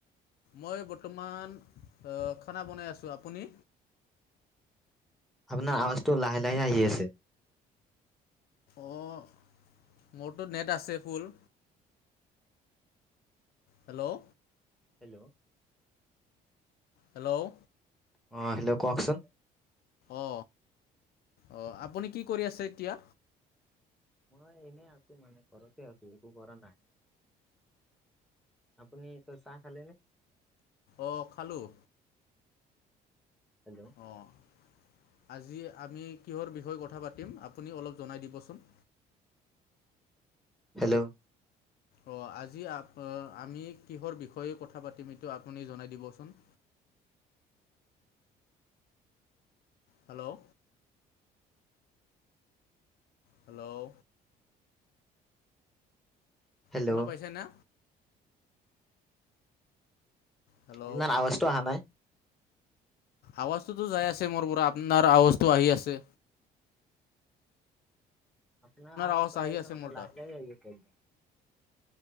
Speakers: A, on the left (about 65°); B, in the centre.
A: মই বৰ্তমান আ খানা বনাই আছোঁ, আপুনি?
B: আপোনাৰ আৱাজটো লাহে লাহে আহি আছে
A: অঁ মোৰতো নেট আছে ফুল হেল্ল'
B: হেল্ল'
A: হেল্ল'
B: অ হেল্ল কওকচোন
A: অ অ আপুনি কি কৰি আছে এতিয়া?
B: মই এনেই আছো মানে ঘৰতে আছো একো কৰা নাই আপুনি চাহ খালে নে?
A: অ খালোঁ
B: হেল্ল'
A: অঁ আজি আমি কিহৰ বিষয়ে কথা পাতিম আপুনি অলপ জনাই দিবচোন
B: হেল্ল'
A: অ আজি আ আমি কিহৰ বিষয়ে কথা পাতিম এইটো আপুনি জনাই দিবচোন হেল্ল' হেল্ল'
B: হেল্ল'
A: শুনা পাইছে না? হেল্ল'
B: আপোনাৰ আৱাজটো অহা নাই
A: আৱাজটোতো যাই আছে মোৰ পোৰা আপনাৰ আৱাজটো আহি আছে
B: আপোনাৰ আৱাজটো
A: আৱাজ
B: আহিছে
A: আহি আছে
B: মানে
A: মোৰ
B: লাহে
A: তাত।
B: লাহে আহি আছে